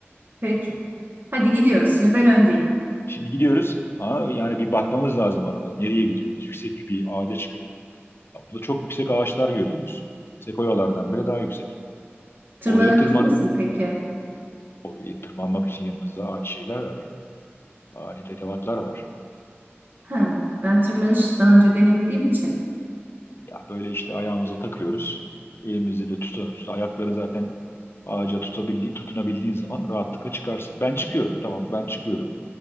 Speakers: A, on the right (about 50°); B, on the left (about 60°).
A: Peki. Hadi gidiyoruz. Şimdi ben öndeyim.
B: Şimdi gidiyoruz. Aa, yani bir bakmamız lazım arada. Nereye gidiyoruz? Yüksek bir ağaca çıkıp. Ya Burada çok yüksek ağaçlar görüyoruz. Sekoyalardan bile daha yüksek.
A: Tırmanabilir
B: Oraya tırman
A: misin peki?
B: oraya tırmanmak için yanımızda a- şeyler var yani. Alet edevatlar var.
A: Ha, ben tırmanış daha önce denemediğim için.
B: Ya böyle işte ayağımıza takıyoruz. Elimizde de tutuyoruz. Ayakların zaten ağaca tutabildiği, tutunabildiğin zaman rahatlıkla çıkarsın. Ben çıkıyorum tamam ben çıkıyorum.